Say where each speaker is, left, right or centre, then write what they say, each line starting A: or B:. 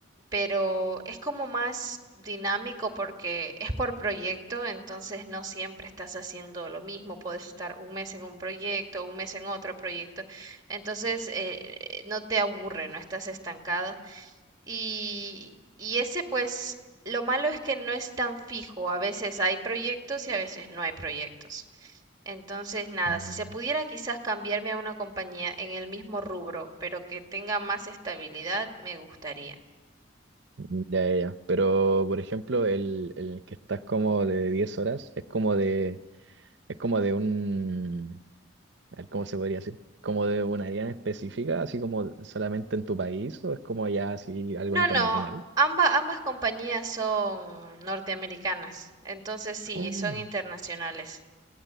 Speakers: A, on the right; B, on the right.
A: pero es como más dinámico porque es por proyecto, entonces no siempre estás haciendo lo mismo, puedes estar un mes en un proyecto, un mes en otro proyecto, entonces eh, eh, no te aburre, no estás estancado. Y, y ese pues, lo malo es que no es tan fijo, a veces hay proyectos y a veces no hay proyectos. Entonces, nada,
B: mm,
A: si se pudiera quizás cambiarme a una compañía en el mismo rubro, pero que tenga más estabilidad, me gustaría.
B: Ya, ya, ya. Pero, por ejemplo, el, el que estás como de 10 horas es como de, es como de un, A ver, ¿cómo se podría decir? ¿Como de un área en específica, así como solamente en tu país, o es como ya así algo
A: No,
B: internacional?
A: no, amba- ambas compañías son norteamericanas, entonces sí,
B: Oh,
A: son internacionales.